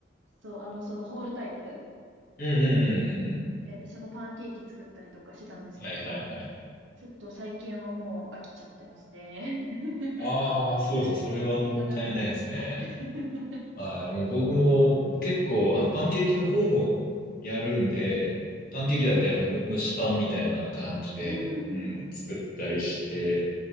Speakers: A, on the right; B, on the left.
A: そう、あの、そのホールタイプ
B: うんうんうんう
A: で、私もパンケーキ作ったりとかしてたんですけど、
B: ん。はいはいはい。
A: ちょっと最近はもう飽きちゃってますね。<laughs>
B: ああ、そうですか。それはもったいないですね。
A: なかなか。<laughs>
B: はい。もう僕も結構、あの、パンケーキの方もやるんで、パンケーキだったり、
A: うん、うん、
B: あの、む蒸しパンみたいな感じで、
A: うん。
B: うん、
A: うーん。
B: 作ったりして、